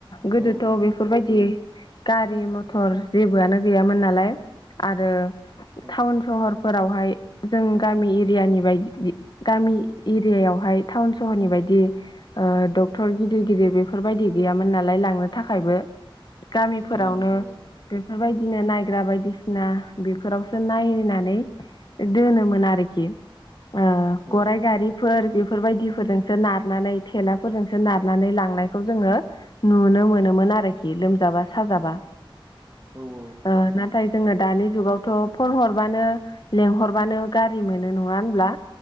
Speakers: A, on the left; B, on the right.
A: गोदोथ'
B: औ नंगौ
A: बेफोरबाय <unintelligible> गारि मथर जेबोआनो गैयामोन नालाय आरो
B: औ
A: टाउन सहरफोरावहाय जों गामि एरियानि बायदि गामि एरियायावहाय टाउन सहरनि बायदि ओ डक्टर गिदिर गिदिर बेफोरबायदि गैयामोन नालाय लांनो थाखायबो गामिफोरावनो
B: औ नंगौ
A: बेफोरबायदिनो नायग्रा बायदिसिना बेफोरावसो नायनानै दोनोमोन आरोखि। ओ
B: औ
A: गराइ गारिफोर बेफोरबायदिफोरजोंसो नारनानै थेलाफोरजोंसो नारनानै लांनाय खौ जोङो नुनो मोनोमोन आरोखि लोमजाबा साजाबा।
B: औ औ
A: ओ नाथाय जोंनो दानि जुगावथ' फन हरबानो लेंहरबानो गारि मोनो नङा होनब्ला